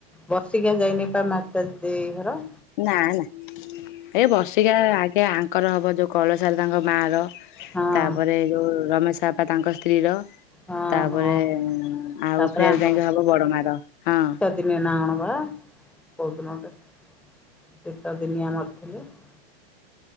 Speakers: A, in the centre; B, on the left.
A: ବର୍ଷିକିଆ ଯାଇନି ପା, ମାତା ଦେଇ ହର।
B: ନା ନା ଏ ବର୍ଷିକିଆ ଆଗେ ଆଙ୍କର ହବ, ଯଉ କଇଳ ସାର୍ ତାଙ୍କ ମା ର।
A: ହଁ
B: ତା'ପରେ ଯଉ ରମେଶ୍ ପା ତାଙ୍କ ସ୍ତ୍ରୀ ର।
A: ହଁ
B: ତା'ପରେ
A: ହଁ
B: ଆଉ
A: ତାପରେ
B: ଫେର୍
A: ଆଙ୍କର
B: ଯାଇ ହବ ବଡ଼ ମାର ହଁ।
A: <inaudible>